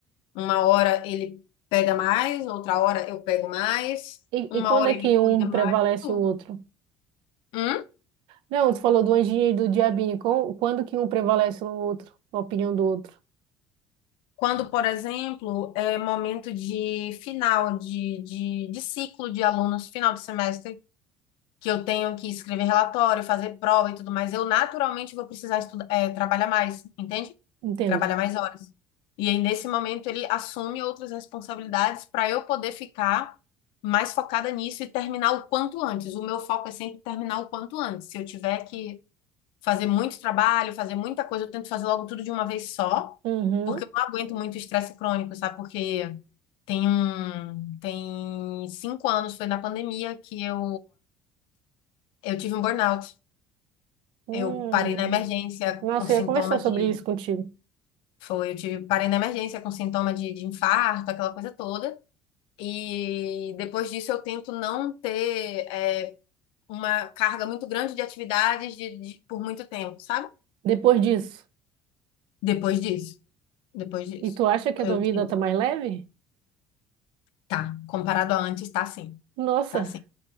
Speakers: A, on the left; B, on the right.
A: Uma hora ele pega mais, outra hora eu pego mais,
B: E,
A: uma
B: e quando
A: hora
B: é
A: ele
B: que um
A: cuida mais,
B: prevalece
A: tudo.
B: o outro?
A: Hum?
B: Não, tu falou do anjinho e do diabinho. Com- Quando que um prevalece no outro, na opinião do outro?
A: Quando, por exemplo, é momento de final de, de, de ciclo de alunos, final de semestre. que eu tenho que escrever relatório, fazer prova e tudo mais, eu naturalmente vou precisar estudar, é, trabalhar mais, entende?
B: Entendo.
A: Trabalhar mais horas. E aí, nesse momento, ele assume outras responsabilidades para eu poder ficar mais focada nisso e terminar o quanto antes. O meu foco é sempre terminar o quanto antes. Se eu tiver que fazer muito trabalho, fazer muita coisa, eu tento fazer logo tudo de uma vez só,
B: Uhum.
A: porque eu não aguento muito estresse crônico, sabe? Porque tem um, tem cinco anos, foi na pandemia que eu eu tive um burnout.
B: Hum.
A: Eu parei na emergência
B: Nossa,
A: com sintoma
B: eu ia conversar sobre
A: de.
B: isso contigo.
A: Foi, eu tive, parei na emergência com sintoma de, de infarto, aquela coisa toda. E depois disso eu tento não ter é, uma carga muito grande de atividades de, de- por muito tempo, sabe?
B: Depois disso.
A: Depois disso. Depois disso.
B: E tu acha que a
A: Eu
B: tua vida
A: tento.
B: tá mais leve?
A: Tá. Comparado a antes, tá sim.
B: Nossa.
A: Tá sim.